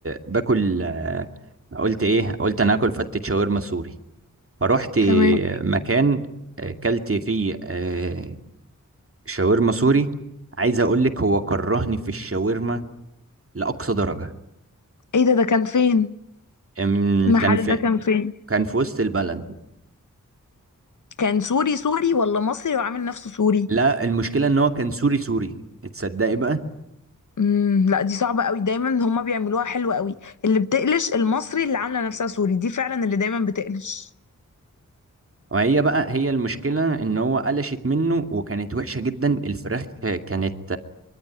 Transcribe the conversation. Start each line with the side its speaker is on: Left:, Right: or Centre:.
Right: باكل آه، قلت ايه قلت انا هاكل فتة شاورما سوري فروحت
Left: تمام
Right: مكان آه، كلت فيه آه، شاورما سوري عايز اقول لك هو كرهني في الشاورما لاقصى درجه
Left: ايه ده ده كان فين؟
Right: أم،
Left: المحل
Right: كان في
Left: ده كان فين؟
Right: كان في وسط البلد
Left: كان سوري سوري ولا مصري وعامل نفسه سوري؟
Right: لا المشكله ان هو كان سوري سوري تصدقي بقى
Left: امم لا دي صعبة قوي دايما هما بيعملوها حلوة قوي اللي بتقلش المصري اللي عاملة نفسها سوري دي فعلا اللي دايما بتقلش
Right: وهي بقى هي المشكلة ان هو قلشت منه وكانت وحشة جدا الفراخ كانت